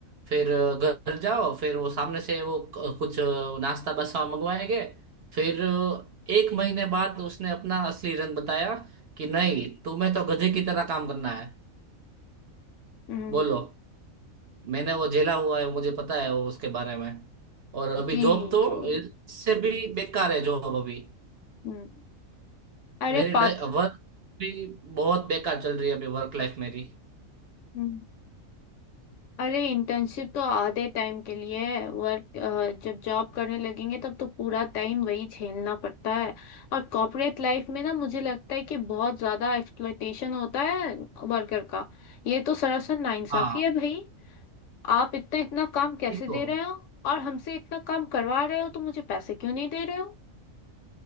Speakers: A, on the right (about 55°); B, on the left (about 70°).
A: फिर अ, घर जाओ फिर वो सामने से वो क- कुछ अ, नाश्ता बसा मंगवाएंगे फिर अ, एक महीने बाद उसने अपना असली रंग बताया कि नहीं तुम्हें तो गधे की तरह काम करना है
B: हम्म
A: बोलो मैंने वो झेला हुआ है मुझे पता है वो उसके बारे में और अभी
B: जी
A: जॉब तो
B: जी
A: इससे भी बेकार है जॉब अभी
B: हम्म अरे
A: मेरी
B: पात
A: वर्क भी बहुत बेकार चल रही है अभी वर्क लाइफ मेरी
B: हम्म, अरे इंटर्नशिप तो आधे टाइम के लिए है वर्क जब जॉब करने लगेंगे तब तो पूरा टाइम वही झेलना पड़ता है और कॉर्पोरेट लाइफ में ना मुझे लगता है कि बहुत ज्यादा एक्सप्लॉयटेशन होता है वर्कर का ये तो सरासर नाइंसाफी
A: हाँ
B: है भाई आप इतना इतना काम कैसे
A: ये तो
B: दे रहे हो और हमसे इतना काम करवा रहे हो तो मुझे पैसे क्यों नहीं दे रहे हो